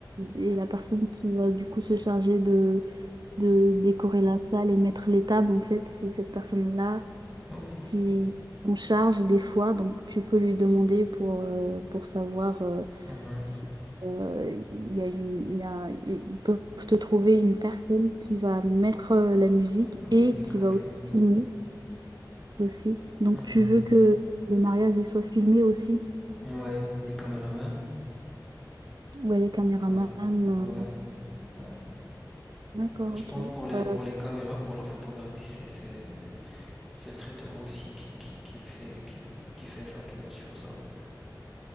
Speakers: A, on the right; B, in the centre.
A: et la personne qui va du coup se charger de, de décorer la salle et mettre les tables. En fait, c'est cette personne-là
B: ok,
A: qui en charge des fois, donc tu peux lui demander pour, euh, pour savoir euh,
B: mhm.
A: si euh, il y a une- il y a- ils peuvent te trouver une personne qui va mettre euh, la musique
B: La musique,
A: et qui
B: ok,
A: va aussi filmer aussi. Donc
B: mhm.
A: tu veux que le mariage il soit filmé aussi?
B: Ouais, des caméramans?
A: Ouais, les caméramans.
B: Ouais,
A: euh,
B: ouais, ouais.
A: D'accord,
B: Ok, je
A: ok.
B: pense pour les,
A: Euh,
B: pour les caméras, pour la photographie, c'est, c'est, c'est le traiteur aussi qui, qui, qui le fait, qui, qui fait ça, qui assure ça.